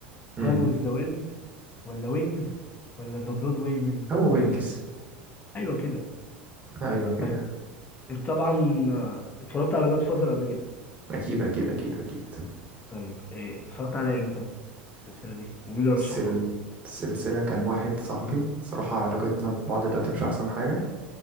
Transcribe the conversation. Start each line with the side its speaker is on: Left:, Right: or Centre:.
Right: امم
Left: جون ويز ذا ويند ولا وينجز ولا ذا برودواي ميل
Right: هو وينجز
Left: ايوه كده
Right: ايوه كده
Left: طيب انت طبعا آه، اتفرجت على جاد فازر قبل كده
Right: اكيد اكيد اكيد اكيد
Left: طيب إيه، اتفرجت عليها امتى السلسله دي ومين اللي رشحها
Right: السل...
Left: لك
Right: السلسله كان واحد صاحبي صراحه علاقتنا ببعض دلوقتي مش احسن حاجه